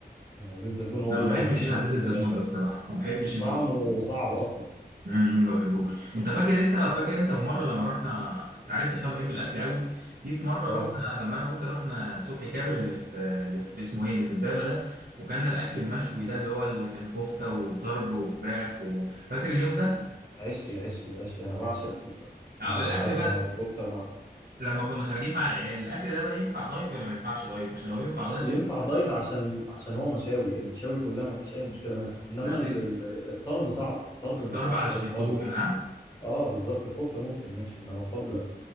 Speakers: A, on the left (about 25°); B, on the right (about 65°).
A: يعني زيت زيتون هو
B: انا
A: اللي
B: ما بحبش
A: هيمشي
B: انا
A: معاك
B: زيت
A: الدنيا
B: الزيتون
A: شويه
B: ده الصراحة ما بحبش زيت
A: طعمه
B: الزيتون
A: صعب اصلا
B: امم أمم، ما بحبوش انت فاكر انت فاكر انت في مرة لما رحنا انت عرفت عشان أنا بحب الاكل قوي في في مرة
A: اه
B: رحنا لما انا وانت رحنا صبحي كابر اللي في اللي في اسمه ايه اللي في امبابة ده وكان الاكل المشوي ده اللي هو اللي كان كفتة وطرب وفراخ وفاكر اليوم ده
A: عشقي عشقي عشقي انا بعشق الكفته
B: أو
A: يعني انت
B: الاكل
A: عارف
B: بقى
A: انا الكفته ما
B: لما كنا خارجين مع العيال الاكل ده بقى ينفع دايت ولا ما ينفعش دايت عشان لو ينفع دايت
A: ينفع
B: الصراحة
A: دايت عشان عشان هو مشاوي المشاوي كلها ما فيش اي مشكله منها انما
B: بس
A: ال- ال- الطرب صعب الطرب ما
B: ضرب
A: ينفعش
B: علشان
A: دايت
B: الدهون
A: خالص
B: ها
A: اه بالظبط الكفته ممكن ماشي انما الطرب لا